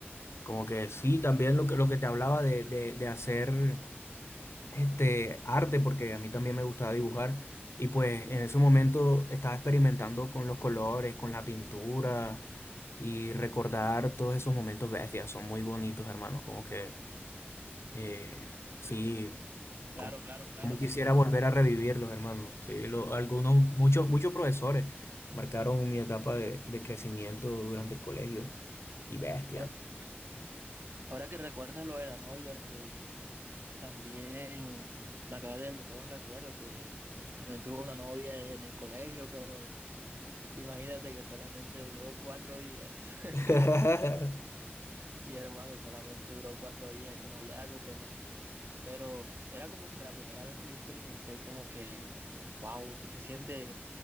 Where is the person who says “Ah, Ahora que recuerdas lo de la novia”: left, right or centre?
Right